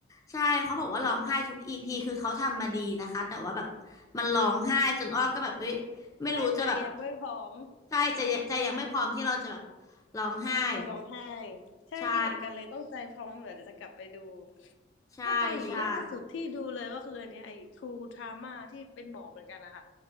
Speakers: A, on the left; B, on the left.
A: ใช่เขาบอกว่าร้องไห้ทุกอีพีคือเขาทำมาดีนะคะแต่ว่าแบบมันร้องไห้จนอ้อก็แบบเอ้ยไม่รู้จะแบบ
B: ใช่ใจยังไม่พร้อม
A: ใช่ใจะใจยังไม่พร้อมที่เราจะแบบร้องไห้แบบ
B: ไปร้องไห้ใช่คิดเหมือนกันเลยต้องใจพร้อมเหรอเดี๋ยวจะกลับไปดู
A: ใช่ใช่ใช่
B: แค่เกาหลีล่าสุดที่ดูเลยก็คืออันเนี้ยไอ้ True Drama ที่เป็นหมอเหมือนกันนะคะ